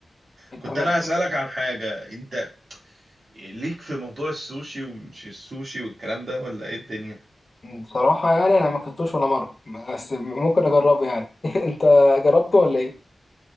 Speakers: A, on the left; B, on the right.
A: انت
B: كنت
A: ما
B: انا
A: أنت-
B: هسألك عن حاجة انت ليك في موضوع السوشي ومش السوشي والكلام ده ولا ايه الدنيا
A: بصراحه يعني انا ما كنتوش ولا مره بس ممكن اجربه يعني <laughs> انت جربته ولا ايه